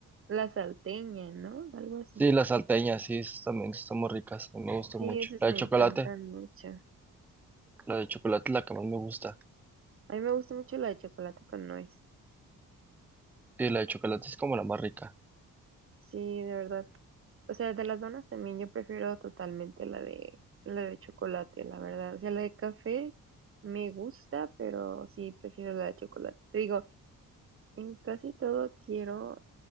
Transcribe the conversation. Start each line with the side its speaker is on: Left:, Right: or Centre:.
Right: La Salteña, ¿no? Algo así.
Centre: Sí, las salteñas, sí, esas también están muy ricas, me gustan
Right: Sí,
Centre: mucho.
Right: esas
Centre: La
Right: me
Centre: de chocolate.
Right: encantan mucho.
Centre: La de chocolate es la que más me gusta.
Right: A mí me gusta mucho la de chocolate con nuez.
Centre: Sí, la de chocolate es como la más rica.
Right: Sí, de verdad. O sea, de las donas también yo prefiero totalmente la de la de chocolate, la verdad. O sea, la de café me gusta, pero sí prefiero la de chocolate. Te digo, en casi todo quiero